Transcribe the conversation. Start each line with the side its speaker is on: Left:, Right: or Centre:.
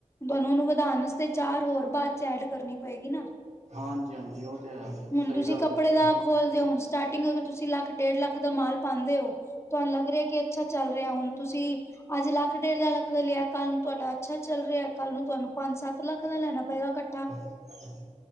Left: ਤੁਹਾਨੂੰ ਉਹਨੂੰ ਵਧਾਣ ਵਾਸਤੇ ਚਾਰ ਹੋਰ ਬਾਅਦ 'ਚ ਐਡ ਕਰਨੀ ਪਏਗੀ ਨਾ-
Right: ਹਾਂਜੀ ਹਾਂਜੀ ਉਹ ਤੇ ਹੈ ਜੀ
Left: ਹੁਣ
Right: ਸਹੀ
Left: ਤੁਸੀ
Right: ਗੱਲ
Left: ਕੱਪੜੇ
Right: ਹੈ
Left: ਦਾ ਖੋਲਦੇ ਹੋ ਹੁਣ ਸਟਾਰਟਿੰਗ ਅਗਰ ਤੁਸੀ ਲੱਖ- ਡੇਢ ਲੱਖ ਦਾ ਮਾਲ ਪਾਂਦੇ ਹੋ ਤੁਹਾਨੂੰ ਲਗ ਰਿਹਾ ਕਿ ਅੱਛਾ ਚਲ ਰਿਹਾ ਹੁਣ ਤੁਸੀ- ਅਜ ਲੱਖ ਡੇਢ ਲੱਖ ਦਾ ਲਿਆ ਕਲ ਨੂੰ ਤੁਹਾਡਾ ਅੱਛਾ ਚਲ ਰਿਹਾ ਕਲ ਨੂੰ ਤੁਹਾਨੂੰ ਪੰਜ ਸੱਤ ਲੱਖ ਦਾ ਲੈਣਾ ਪਏਗਾ ਕ-
Right: ਹਾਂ <unintelligible>